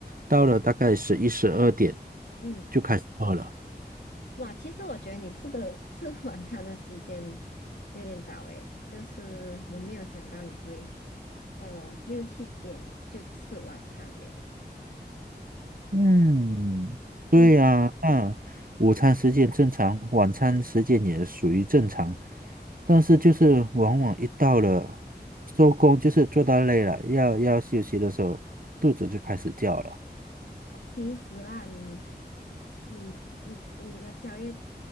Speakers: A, on the right; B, on the left.
A: 到了大概十一十二点
B: 嗯。
A: 就开始饿了。
B: 哇，其实我觉得你吃的 <laughs> 吃晚餐的时间有点早诶，就是我没有想到你会呃六七点就吃晚餐了。
A: 嗯，
B: 嗯，
A: 对呀，那午餐时间正常，晚餐时间也属于正常，但是就是往往一到了收工，就是做到累了，要要休息的时候，肚子就开始叫了。
B: 那其实啦，你你你你的宵夜